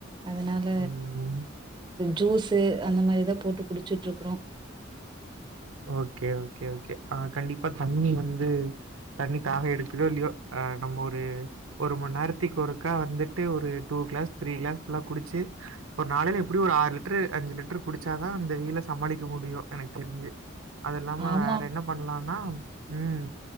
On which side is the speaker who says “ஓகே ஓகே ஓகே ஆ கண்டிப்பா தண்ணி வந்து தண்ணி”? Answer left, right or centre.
Right